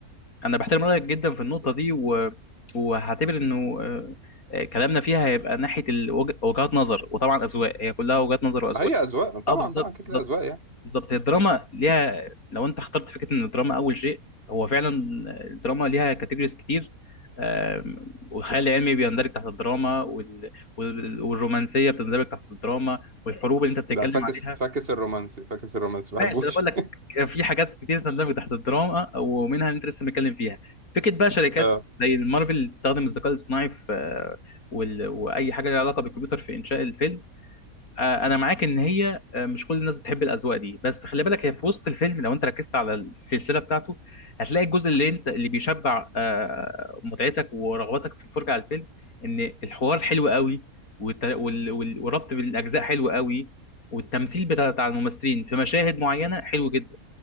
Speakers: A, on the left (about 70°); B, on the right (about 40°).
A: انا بحترم رايك جدا في النقطه دي و... وهعتبر انه آه، آه، كلامنا فيها هيبقى ناحيه الوج- وجهات نظر وطبعا اذواق هي كلها وجهات نظر واذواق
B: ما هي اذواق طبعا
A: اه بالظبط
B: طبعا كده
A: بالظبط
B: كده اذواق يعني
A: بالظبط هي الدراما ليها لو انت اخترت فكره ان الدراما اول شيء هو فعلا الدراما ليها كاتيجوريز كتير آم، والخيال العلمي بيندرج تحت الدراما وال... وال- والرومانسيه بتندرج تحت الدراما والحروب اللي انت بتتكلم
B: ده فاكس
A: عليها
B: فاكس الرومانسي فاكس الرومانسي ما
A: ماشي
B: بحبوش
A: انا بقول لك
B: <laughs>
A: في حاجات كتير تندمج تحت الدراما ومنها اللي انت لسه متكلم فيها فكره بقى شركات
B: آه،
A: زي مارفل تستخدم الذكاء الاصطناعي في آه، وال... واي حاجه لها علاقه بالكمبيوتر في انشاء الفيلم آه، انا معاك ان هي آه، مش كل الناس بتحب الاذواق دي بس خلي بالك هي في وسط الفيلم لو انت ركزت على السلسله بتاعته هتلاقي الجزء اللي انت اللي بيشبع آه، متعتك ورغبتك في الفرجه على الفيلم ان الحوار حلو قوي والت- وال- وال- والربط بين الاجزاء حلو قوي والتمثيل بتاع بتاع الممثلين في مشاهد معينه حلو جدا